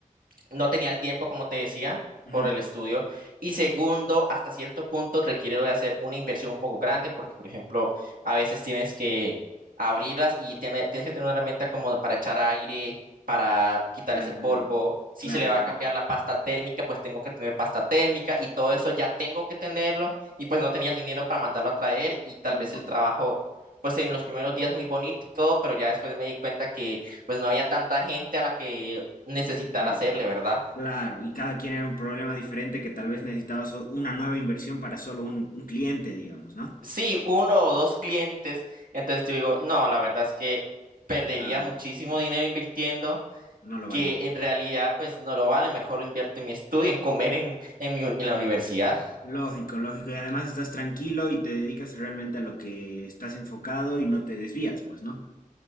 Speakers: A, on the right; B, on the left.
A: No tenía el tiempo, como te decía,
B: Ujú,
A: por el estudio. Y segundo, hasta cierto punto requiere de hacer una inversión un poco grande, porque, por ejemplo, a veces tienes que abrirlas y tiene- tienes que tener una herramienta como para echar aire, para quitarles
B: Claro,
A: el polvo. Si
B: claro,
A: se le va a cambiar la pasta térmica, pues tengo que tener pasta térmica y todo eso ya tengo que tenerlo. Y pues no tenía el dinero para mandarlo a traer y tal
B: lógico,
A: vez el trabajo. Pues en los primeros días muy bonito y todo, pero ya después me di cuenta que pues no había tanta gente a la que necesitar
B: eh,
A: hacerle, ¿verdad?
B: claro, y cada quien era un problema diferente que tal vez necesitaba so- una nueva inversión para solo un, un cliente, digamos, ¿no?
A: Sí, uno o dos clientes, entonces yo digo, no, la verdad es que perdería
B: Ah,
A: muchísimo dinero invirtiendo,
B: no lo valía.
A: que en realidad pues no lo vale, mejor lo invierto en mi estudio, en comer en, en mi- en la universidad.
B: Lógico, lógico. Y además estás tranquilo y te dedicas realmente a lo que estás enfocado y no te desvías, pues, ¿no?